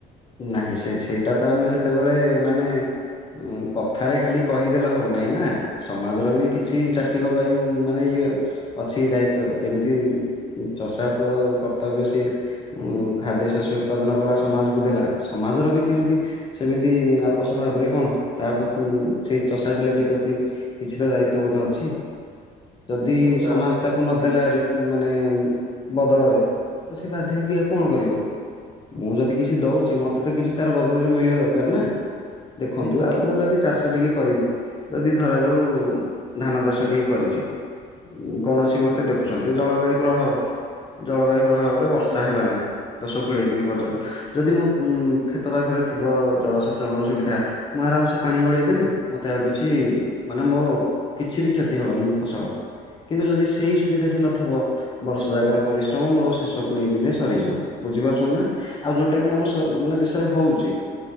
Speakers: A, on the left; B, on the right.
A: ନାହିଁ ସେ ସେଇଟା ତ ଆମେ ଯେତେବେଳେ ମାନେ ଉଁ କଥାରେ ଖାଲି କହିଦେଲେ ହବ ନାଇଁ ନା। ସମାଜର ବି କିଛି ଚାଷୀଙ୍କ ପାଇଁ ମାନେ ଇଏ ଅଛି ଦାୟିତ୍ୱ, ଯେମିତି ଚଷା ପୁଅର କର୍ତ୍ତବ୍ୟ ସିଏ ଉ ଖାଦ୍ୟ ଶସ୍ୟ ଉତ୍ପାଦନ କଲା ସମାଜକୁ ଦେଲା, ସମାଜର ବି କେମିତି ସେମିତି ଆପୋଷ ଭାବରେ କଣ, ତା ପତି ସେଇ ଚଷା ପିଲାଟି ପ୍ରତି କିଛି ତ ଦାୟିତବୋଧ ଅଛି। ଯଦି
B: ନିଶ୍ଚିତ
A: ସମାଜ
B: ଭାବେ
A: ତାକୁ ନଦେଲା ରି-ମାନେ ବଦଳରେ, ତ ସେ ବାଧ୍ୟ ହେଇକି ଆଉ କଣ କରିବ। ମୁଁ ଯଦି କିଛି ଦଉଛି, ମତେ ତ କିଛି ତାର ବଦଳରେ ମିଳିବା ଦରକାର ନା, ଦେଖନ୍ତୁ
B: ନିଶ୍ଚିତ
A: ଆ
B: ଭାବେ
A: ମୁଁ ଯଦି ଚାଷ ଟିକେ କରିବି, ଯଦି ଧରାଯାଉ ଧାନ ଚାଷ ଟିକେ କରିଛି। କୌଣସି ମତେ ଦେଖୁଛନ୍ତି ଜଳବାୟୁ ପ୍ରଭାବ ଜଳବାୟୁ ପ୍ରଭାବରେ ବର୍ଷା ହେଲା ନାହିଁ, ଦଶ କୋଡିଏ ଦିନ୍ ପର୍ଯ୍ୟନ୍ତ। ଯଦି ମୋ କ୍ଷେତ ପାଖରେ ଥିବ ଜଳସେଚନର ସୁବିଧା ମୁଁ ଆରାମ ସେ ପାଣି ମଡେଇଦେବି ମତେ ଆଉ କିଛି ମାନେ ମୋ କିଛି ବି କ୍ଷତି ହବନି ଫସଲ, କିନ୍ତୁ ଯଦି ସେଇ ସୁବିଧା ଟି ନଥବ ବର୍ଷ ଜାଗ ର ପରିଶ୍ରମ ମୋର ଶେଷ କୋଡିଏ ଦିନ ରେ ସରିଯିବ। ବୁଝିପାରୁଛନ୍ତି ନା, ଆଉ ଯୋଉଠି ଟା କି ଆମ ମାନେ ଦେଶରେ ହଉଛି,